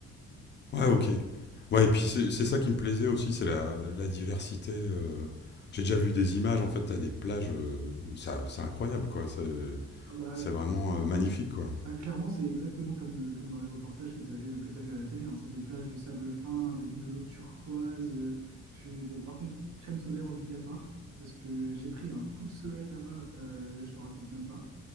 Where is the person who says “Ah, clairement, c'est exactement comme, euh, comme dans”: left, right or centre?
Right